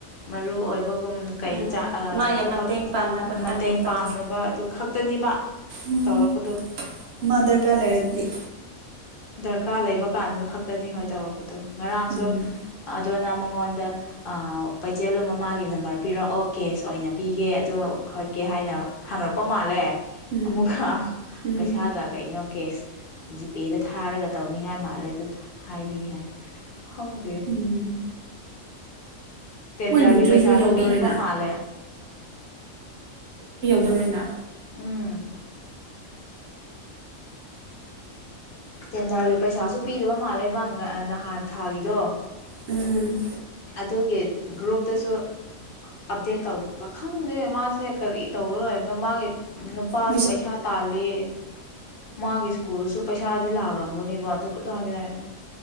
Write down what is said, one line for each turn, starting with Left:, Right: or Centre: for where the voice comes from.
Left: ꯃꯔꯨ ꯑꯣꯏꯕ ꯀꯨꯝ ꯀꯩ
Right: ꯎꯝ
Left: ꯆꯥ ꯑꯥ
Right: ꯃꯥꯒꯤ
Left: ꯊꯕꯛ
Right: ꯃꯇꯦꯡ ꯄꯥꯡꯅꯕ ꯈꯛꯇꯪꯅꯦꯕ
Left: ꯃꯇꯦꯡ
Right: ꯇꯧꯔꯤꯁꯦ
Left: ꯄꯥꯡꯅꯕ ꯑꯗꯨ ꯈꯛꯇꯅꯤꯕ
Right: ꯎꯝ
Left: ꯇꯧꯔꯛꯄꯗꯨ
Right: ꯃꯥ ꯗꯔꯀꯥꯔ ꯂꯩꯔꯗꯤ
Left: ꯗꯔꯀꯥꯔ ꯂꯩꯕ ꯀꯥꯟꯒ ꯈꯛꯇꯅꯤ ꯍꯣꯏ ꯇꯧꯔꯛꯄꯗꯣ ꯉꯔꯥꯡꯁꯨ
Right: ꯎꯝ
Left: ꯑꯗꯨꯅ ꯃꯉꯣꯟꯗ ꯑꯥ ꯄꯥꯏꯖꯜꯂꯨ ꯃꯃꯥꯒꯤ ꯅꯝꯕꯔ ꯄꯤꯔꯛꯑꯣ ꯀꯦꯁ ꯑꯣꯏꯅ ꯄꯤꯒꯦ ꯑꯗꯣ ꯈꯣꯠꯀꯦ ꯍꯥꯏꯅ ꯍꯪꯉꯛꯄ ꯃꯥꯜꯂꯦ
Right: ꯎꯝ
Left: ꯑꯃꯨꯛꯀꯍꯥ
Right: ꯎꯝ
Left: ꯄꯩꯁꯥꯒ ꯀꯩꯅꯣ ꯀꯦꯁ ꯖꯤ ꯄꯦ ꯗ ꯊꯥꯔꯒ ꯇꯧꯅꯤꯡꯉꯥꯏ ꯃꯥꯜꯂꯦ ꯑꯗꯨꯗ ꯍꯥꯏꯕꯤ ꯌꯥꯏ ꯈꯪꯗꯦ
Right: ꯎꯝ
Left: ꯇꯦꯟꯗꯔꯒꯤ
Right: ꯃꯣꯏ ꯂꯨꯇ꯭ꯔꯤꯁꯨ
Left: ꯄꯩꯁꯥꯁꯨ
Right: ꯌꯧꯗꯣꯔꯦꯅ
Left: ꯄꯤꯗꯕ ꯃꯥꯜꯂꯦ
Right: ꯇꯧꯔꯤꯅ
Left: ꯎꯝ ꯇꯦꯟꯗꯔꯒꯤ ꯄꯩꯁꯥꯁꯨ ꯄꯤꯗꯕ ꯃꯥꯜꯂꯦꯕ ꯉꯥ ꯅꯍꯥꯟ ꯊꯥꯒꯤꯗꯣ
Right: ꯎꯝ
Left: ꯑꯗꯨꯒꯤ ꯒ꯭ꯔꯨꯞꯨꯞꯇꯁꯨ ꯑꯞꯗꯦꯠ ꯇꯧꯗꯕ ꯈꯪꯗꯦ ꯃꯥꯁꯦ ꯍꯦ ꯀꯔꯤ ꯇꯧꯔ ꯂꯩꯕꯅꯣ ꯃꯥꯒꯤ ꯅꯨꯄꯥꯁꯨ
Right: ꯃꯣꯏꯁꯨ
Left: ꯄꯩꯁꯥ ꯇꯥꯜꯂꯤ ꯃꯥꯒꯤ ꯁꯀꯨꯜ ꯁꯨ ꯄꯩꯁꯥꯗꯤ ꯂꯥꯎꯔꯝꯒꯅꯦꯕ ꯑꯗꯨ ꯀꯗꯗꯩ